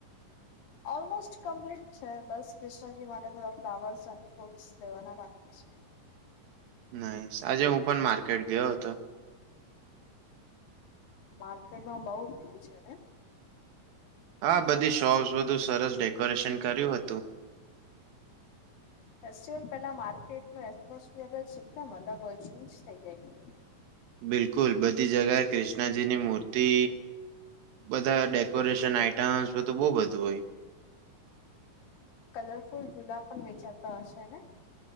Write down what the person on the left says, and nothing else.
ઓલમોસ્ટ કમ્પ્લીટ છે બસ ક્રિષ્ણજી માટે થોડા ફ્લાવર્સ એડ ફ્રુટ લેવાના બાકી છે.
માર્કેટમાં બઉ પી છે ને?
<unintelligible> ફેસ્ટિવલ પેલા માર્કેટ નો એટમોસફિયર જ એકદમ અલગ હોય ચેન્જ થઇ જાય પૂરું.
કલરફુલ જુલા પણ વેચાતા હશે ને?